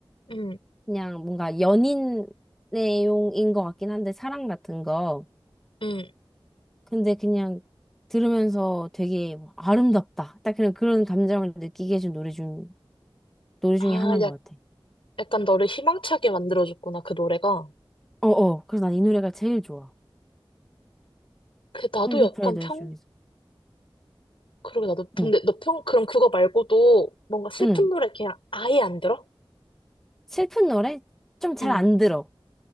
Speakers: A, on the left; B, in the centre.
A: 음,
B: 그냥 뭔가 연인 내용인 것 같긴 한데 사랑 같은 거.
A: 음.
B: 근데 그냥 들으면서 되게 뭐 아름답다. 딱 그런 그런 감정을 느끼게 해준 노래 중 노래
A: 아,
B: 중에 하나인 것 같아.
A: 약간 너를 희망차게 만들어줬구나, 그 노래가.
B: 어어. 그래서 난 이 노래가 제일 좋아.
A: 그, 나도
B: 콜드플레이
A: 약간
B: 노래
A: 평,
B: 중에서.
A: 그러게 나도, 근데
B: 응.
A: 너 평, 그럼 그거 말고도 뭔가 슬픈
B: 응.
A: 노래 그냥 아예 안 들어?
B: 슬픈 노래 좀 잘
A: 응,
B: 안 들어.